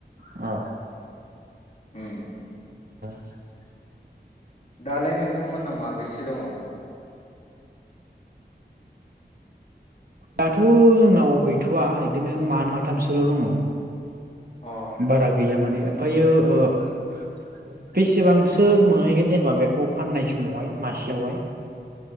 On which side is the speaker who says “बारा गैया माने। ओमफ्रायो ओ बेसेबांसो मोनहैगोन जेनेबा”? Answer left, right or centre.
Right